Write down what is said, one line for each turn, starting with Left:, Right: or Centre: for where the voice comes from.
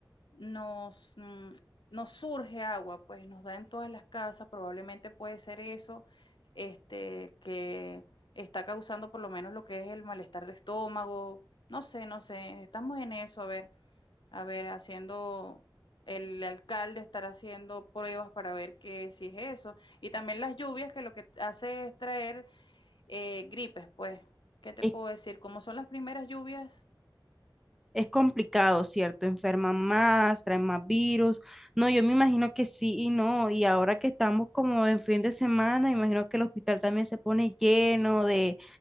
Left: nos, mm, nos surge agua, pues nos da en todas las casas, probablemente puede ser eso, este, que está causando por lo menos lo que es el malestar de estómago, no sé, no sé, estamos en eso, a ver, a ver, haciendo, el alcalde estará haciendo pruebas para ver que si es eso, y también las lluvias que lo que hace es traer eh, gripes, pues, ¿qué te
Centre: es,
Left: puedo decir? Como son las primeras lluvias
Centre: es complicado, ¿cierto? Enferman más, traen más virus. No, yo me imagino que sí y no. Y ahora que estamos como en fin de semana, imagino que el hospital también se pone lleno de,